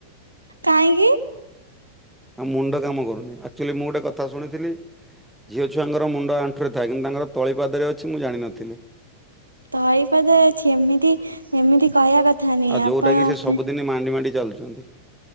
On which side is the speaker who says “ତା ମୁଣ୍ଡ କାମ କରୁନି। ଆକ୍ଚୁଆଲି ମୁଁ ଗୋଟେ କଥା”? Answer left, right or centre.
Centre